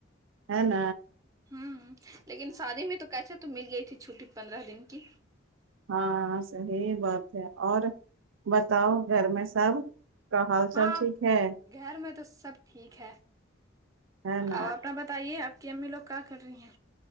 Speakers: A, on the right; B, on the right.
A: ہ ن
B: ہوں لیکن شادی میں تو کیسے تو مل گئی تھی چھٹی پندرہ دن کی
A: ہاں صحی بات ہے اور بتاؤ گھر میں سب کا حال چال
B: ہاں
A: ٹھیک ہے
B: گھر میں تو سب ٹھیک ہے
A: ہ ن
B: اور اپنا بتائیے آپ کی امی لوگ کیا کر رہی ہیں